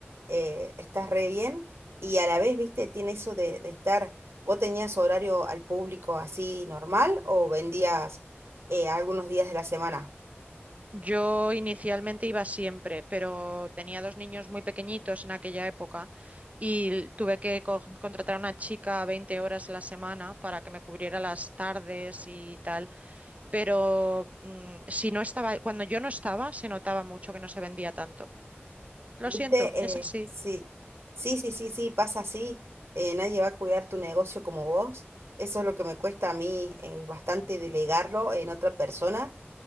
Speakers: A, on the right; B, on the right.
A: eh, estás re bien. Y a la vez, viste, tiene eso de, de estar, ¿vos tenías horario al público así normal o vendías eh, algunos días de la semana?
B: Yo inicialmente iba siempre, pero tenía dos niños muy pequeñitos en aquella época y l- tuve que co- contratar a una chica 20 horas a la semana para que me cubriera las tardes y tal. Pero mm, si no estaba, cuando yo no estaba, se notaba mucho que no se vendía tanto. Lo
A: ¿Viste?
B: siento, es así.
A: Eh, sí, sí, sí, sí, sí, pasa así. eh, nadie va a cuidar tu negocio como vos. Eso es lo que me cuesta a mí eh, bastante delegarlo en otra persona.